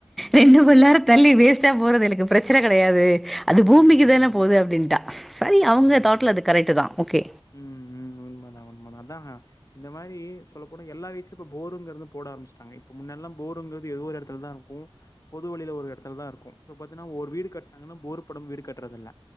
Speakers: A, in the centre; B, on the left.
A: ரெண்டு பல்லாற தள்ளி வேஸ்ட்டா போறதேனக் ங்குப் பிரச்சன கெடையாது. அது
B: ம்,
A: பூமிக்கு
B: ம்.
A: தானே போது அப்டின்ட்டா சரி அவங்க
B: ஆமா.
A: தாட்ல அது கரெக்டு தா ஓகே
B: ம் ம் உண்மதா உண்மதா அதா இந்த மாரீ சொல்ல போன எல்லா வீட்லுப்போ போருங்கிறது போடார்ம்பிச்சுட்டாங்க. இப் முன்னெல்லா போருங்கிறது எதுவோ ஒரு எடத்தில் தா கு பொதுவழில ஒரு எடத்தில் தா இருக்கு. இப்பப்பத்தின ஒரு வீடு காட்றாங்கனா போரு பொடம் விடு கட்டுரதுல்ல.